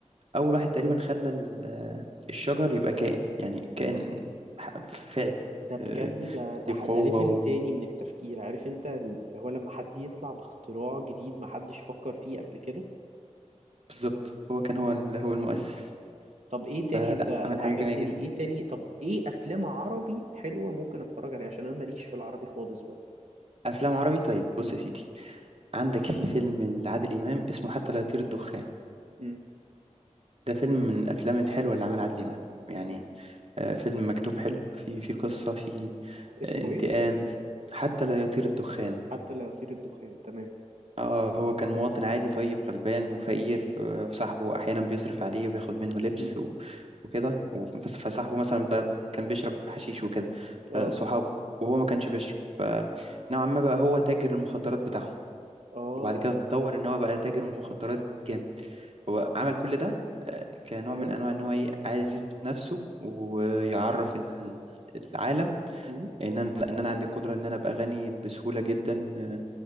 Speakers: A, on the right; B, on the right.
A: اول واحد تقريبا خلى ال- الشجر يبقى كائن يعني كائن ح- فعلي
B: ده بجد
A: آه،
B: ده ده
A: ليه
B: ح-
A: قوه
B: ده ليفل تاني من التفكير عارف انت اللي هو لما حد يطلع باختراع جديد ما حدش فكر فيه قبل كده
A: بالظبط هو كان هو ال- هو المؤسس
B: امم طب ايه تاني
A: فلا
B: انت
A: مم.
B: انت
A: عمل حاجة
B: عجبتني
A: جميلة جدا
B: ايه تاني طب ايه افلام عربي حلوة ممكن اتفرج عليها عشان انا ماليش في العربي خالص بقى
A: أفلام عربي طيب
B: امم
A: بص يا سيدي عندك في فيلم لعادل إمام اسمه حتى لا يطير الدخان
B: امم
A: ده فيلم من الأفلام الحلوة اللي عملها عادل إمام يعني آه، فيلم مكتوب حلو في في قصة في
B: اسمه
A: آه، انتقام
B: ايه
A: حتى لا يطير الدخان
B: حتى لا يطير الدخان تمام
A: اه هو كان مواطن عادي طيب غلبان وفقير آه، وصاحبه احيانا بيصرف عليه وبياخد منه لبس
B: امم
A: و- وكده و- بس- فصاحبه مثلا ب- كان بيشرب حشيش وكده
B: اه
A: صحابه وهو ما كانش بيشرب فنوعا ما بقى هو تاجر المخدرات بتاعهم
B: اه
A: وبعد كده اتطور ان هو بقى تاجر مخدرات جامد هو عمل كل ده آه، كنوع
B: ايوه
A: من انواع ان هو ايه عايز يثبت نفسه ويعرف ال- العالم
B: امم
A: ان انا ان انا عندي قدرة ان انا ابقى غني بسهولة جدا آه،